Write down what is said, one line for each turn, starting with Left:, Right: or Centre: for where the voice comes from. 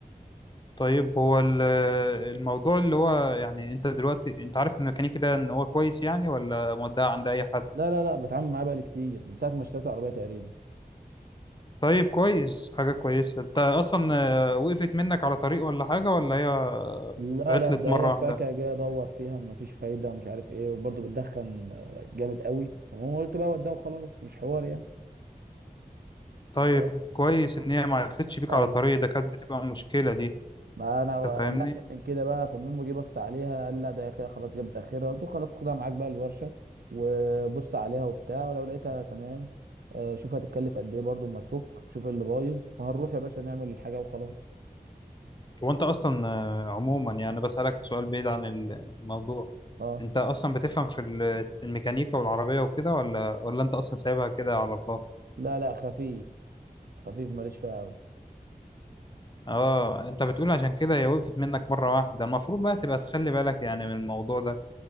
Left: طيب هو ال- الموضوع اللي هو يعني انت دلوقتي انت عارف الميكانيكي ده ان هو كويس يعني ولا مودع عند اي حد
Right: لا لا لا بتعامل معاه بقى كتير من ساعه ما اشتريت العربيه تقريبا
Left: طيب كويس حاجة كويسة انت اصلا آه، وقفت منك على طريق ولا حاجة ولا هي آه،
Right: لا
Left: عطلت
Right: لا ده
Left: مرة
Right: هي فاكهة
Left: واحدة
Right: جاي ادور فيها مفيش فايدة مش عارف ايه وبرضه بتدخن آه، جامد قوي المهم قلت بقى وده وخلاص مش حوار يعني
Left: طيب
Right: آه.
Left: كويس ان هي ما عطلتش بيك
Right: ايوه
Left: على طريق ده كانت بتبقى مشكلة دي
Right: ما انا
Left: انت فاهمني
Right: قلقت من كده بقى فالمهم جه بص عليها قال لا ده هي كده خلاص جابت اخرها قلت له خلاص خدها معاك بقى الورشة وبص عليها وبتاع ولو لقيتها تمام آه، شوف هتتكلف قد ايه برضه اما تفك شوف إيه اللي بايظ وهنروح يا باشا نعمل الحاجة وخلاص
Left: هو انت اصلا آه، عموما يعني بسألك سؤال بعيد عن الموضوع
Right: اه
Left: انت اصلا بتفهم في ال- الميكانيكا والعربية وكده ولا ولا انت اصلا سايبها كده على الله
Right: لا لا خفيف خفيف ماليش فيها قوي
Left: اه انت بتقول عشان كده هي وقفت منك مرة واحدة المفروض بقى تبقى تخلي بالك يعني من الموضوع ده